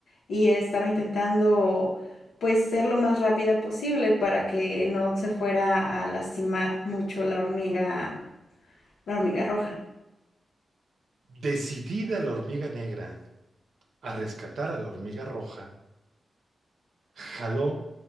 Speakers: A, on the left (about 85°); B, on the right (about 70°).
A: y estaba intentando pues ser lo más rápida posible para que no se fuera a lastimar mucho la hormiga, la hormiga roja.
B: Decidida la hormiga negra a rescatar a la hormiga roja, Jaló